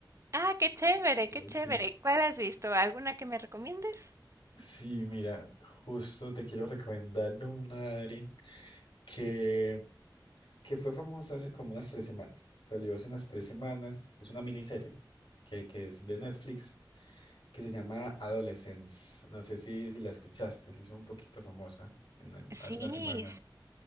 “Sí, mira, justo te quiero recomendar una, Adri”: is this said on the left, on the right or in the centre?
Left